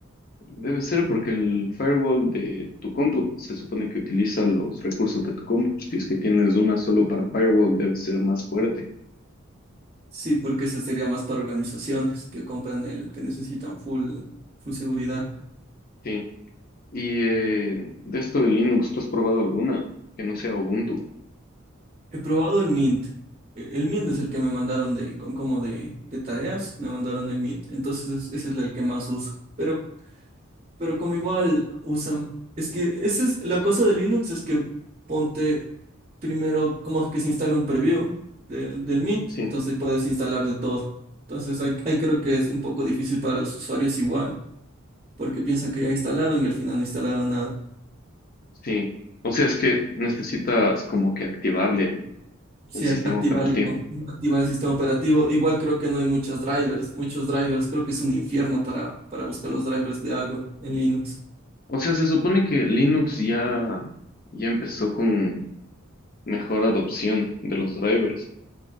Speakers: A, on the left; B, on the right.
A: Debe ser porque el firewall de tu compu se supone que utiliza los recursos de tu compu. Si es que tienes una solo para firewall, debe ser más fuerte.
B: Sí, porque ese sería más para organizaciones que compran el que necesitan full, full seguridad.
A: Sí. Y eh, de esto de Linux, ¿tú has probado alguna que no sea Ubuntu?
B: He probado el Mint. Eh, El Mint es el que me mandaron de, con, como de, de tareas, me mandaron el Mint. Entonces es- ese es el que más uso. Pero, pero como igual usan, es que esa es la cosa de Linux, es que ponte primero como que se instala un preview del, del Mint,
A: Sí,
B: entonces puedes instalarle todo. Entonces ahí, ahí creo que es un poco difícil para los usuarios igual, porque piensan que ya instalaron y al final no instalaron nada.
A: sí. O sea, es que necesitas como que activarle el,
B: Sí,
A: el sistema
B: ac- activarle
A: operativo.
B: con, activar el sistema operativo. Igual creo que no hay muchas drivers, muchos drivers. Creo que es un infierno para, para buscar los drivers de algo en Linux.
A: O sea, se supone que Linux ya, ya empezó con mejor adopción de los drivers